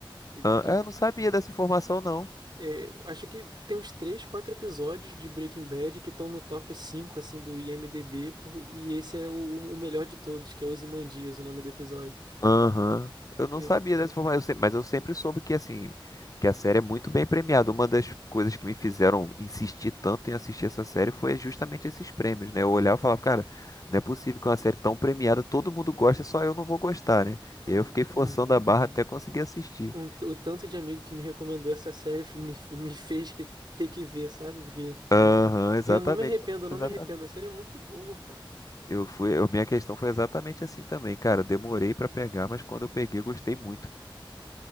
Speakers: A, on the right; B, on the left.
A: E porque
B: Ah, eu não sabia dessa informação não.
A: é, acho que tem uns três, quatro episódios de Breaking Bad que estão no top 5 assim do IMDb, por- e esse é o, o melhor de todos, que é Ozymandias, o nome do episódio.
B: Aham. Eu não
A: Esse-
B: sabia dessa forma, eu se- mas eu sempre soube que assim, que a série é muito bem premiada. Uma das coisas que me fizeram insistir tanto em assistir essa série foi justamente esses prêmios, né? Eu olhava e falava, cara, não é possível que uma série tão premiada, todo mundo gosta, só eu não vou gostar, né?
A: um-
B: E aí eu fiquei forçando
A: uhum.
B: a barra até conseguir assistir.
A: Um- o tanto de amigo que me recomendou essa série fe- me, fe- me fez que, ter que ver, sabe? Porque
B: Aham, exatamente,
A: e eu não me arrependo, eu não
B: exatamente.
A: me arrependo, a série é muito boa, cara.
B: Eu fui, eu- minha questão foi exatamente assim também, cara. Eu Demorei pra pegar, mas quando eu peguei, eu gostei muito.